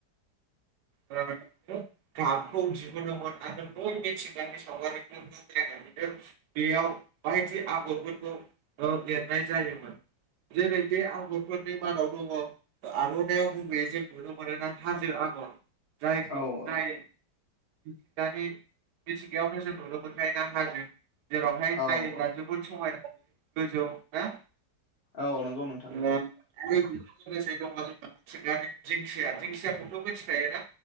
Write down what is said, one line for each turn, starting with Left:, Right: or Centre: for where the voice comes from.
Right: जा गाबखौ दिहुनोमोन आरो बै मिथिंगानि सावगारिफोरखौ नायनानैनो बेयाव बायदि आगरफोरखौ ओ एरनाय जायोमोन जेरै बे आगरफोरनि मादाव दङ आर'नाइयाव गुबैयै जों नुनो मोनोना हाजो आगर जायखौ
Left: औ
Right: जाय मिथिंगानि मिथिंगायावनो जों नुनो मोनखायो ना हाजो जेरावहाय नायोब्ला
Left: औ औ
Right: जोबोद समाय जायो गोजौआव ना
Left: औ नंगौ नोंथां
Right: ओ
Left: नंगौ
Right: आरो लोगोसे दङ जोंहा मिथिंगानि दिंखिया दिंखियाखौथ' मिथिखायोना